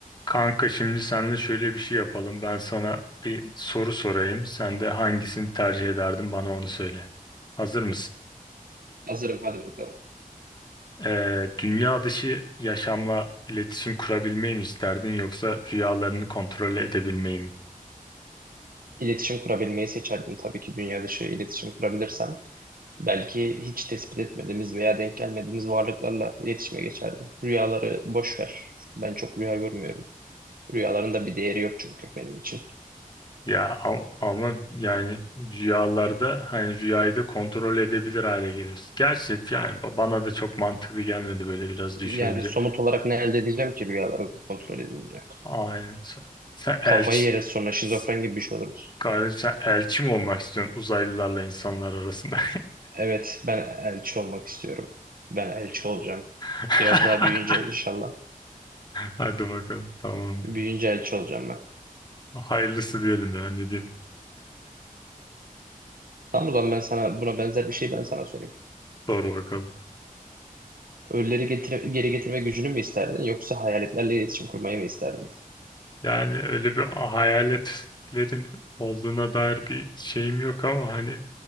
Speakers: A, on the left; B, on the right.
A: Kanka şimdi seninle şöyle bir şey yapalım. Ben sana bir soru sorayım. Sen de hangisini tercih ederdin bana onu söyle. Hazır mısın?
B: Hazırım hadi bakalım.
A: Ee, dünya dışı yaşamla iletişim kurabilmeyi mi isterdin yoksa rüyalarını kontrol edebilmeyi mi?
B: İletişim kurabilmeyi seçerdim tabii ki dünya dışı iletişim kurabilirsem. Belki hiç tespit etmediğimiz veya denk gelmediğimiz varlıklarla iletişime geçerdim. Rüyaları boş ver. Ben çok rüya görmüyorum. Rüyaların da bir değeri yok çünkü benim için.
A: Ya a- ama yani rüyalarda hani rüyayı da kontrol edebilir hale geliyorsun. Gerçi yani ba- bana da çok mantıklı gelmedi böyle biraz düşününce.
B: Yani somut olarak ne elde edeceğim ki rüyaları kontrol edince?
A: Aynen. Sen, sen elçi
B: Kafayı yeriz sonra şizofren
A: s-
B: gibi bir şey oluruz.
A: kardeşim sen elçi mi olmak istiyorsun uzaylılarla insanlar arasında?
B: Evet ben elçi olmak istiyorum. Ben elçi olacağım.
A: <laughs>
B: Biraz daha büyüyünce inşallah.
A: Hadi bakalım. Tamam.
B: Büyüyünce elçi olacağım ben.
A: Hayırlısı diyelim ya ne diyeyim.
B: Tamam o zaman ben sana buna benzer bir şey ben sana söyleyeyim.
A: Doğru bakalım.
B: Ölüleri getire- geri getirme gücünü mü isterdin yoksa hayaletlerle iletişim kurmayı mı isterdin?
A: Yani öyle bir hayaletlerin olduğuna dair bir şeyim yok ama hani